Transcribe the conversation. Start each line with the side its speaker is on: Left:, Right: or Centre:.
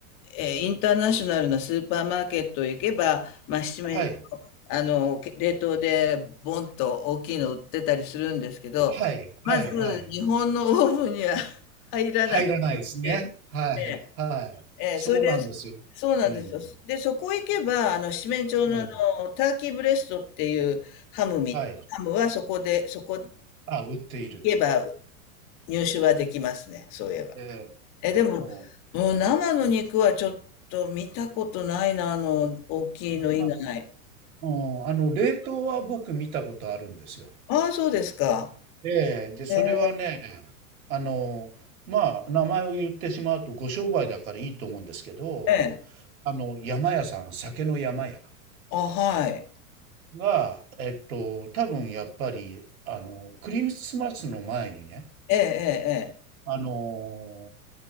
Left: えーインターナショナルなスーパーマーケットへ行けば、まあ、七面、
Right: はい。
Left: あの、冷凍でボンと大きいの売ってたりするんですけど、
Right: はい、
Left: まず、
Right: はい、はい。
Left: 日本のオーブンには <laughs> 入らないし、
Right: 入らないですね。
Left: え
Right: はい、
Left: え
Right: はい。
Left: ええ、
Right: そうなんですよ。
Left: それで、そうなんですよ。
Right: うん。
Left: で、そこ行けば、あの、七面鳥の、
Right: ええ、
Left: あの、ターキーブレストっていうハムみ、
Right: はい。
Left: ハムはそこで、そこ行
Right: あ、売っている。
Left: けば入手はできますね、
Right: え
Left: そういえば。
Right: え、え
Left: え、
Right: え、ええ、
Left: でも、
Right: も
Left: うん、生の肉はちょっと見たことないな、あの、大きいの以外。
Right: う生うん、あの、冷凍は僕見たことあるんですよ。
Left: ああ、そうですか。
Right: ええ、で、それはね、
Left: ええ、
Right: あの、まあ、名前を言ってしまうとご商売だからいいと思うんですけど、
Left: ええ
Right: あの、山屋さん、酒の山屋
Left: あ、はい。
Right: が、えっと、多分やっぱり、あの、クリスマスの前にね、
Left: ええ、ええ、ええ。
Right: あの、